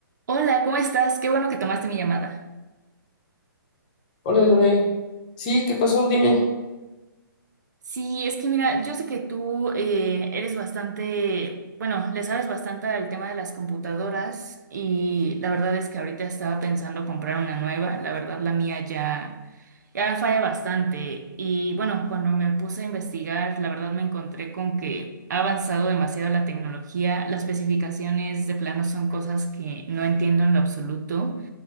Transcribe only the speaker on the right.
Hola, ¿cómo estás? Qué bueno que tomaste mi llamada.
Sí, es que mira, yo sé que tú eh, eres bastante, bueno, le sabes bastante al tema de las computadoras y la verdad es que ahorita estaba pensando comprar una nueva. La verdad, la mía ya, ya falla bastante. Y bueno, cuando me puse a investigar, la verdad me encontré con que ha avanzado demasiado la tecnología. Las especificaciones de plano son cosas que no entiendo en lo absoluto.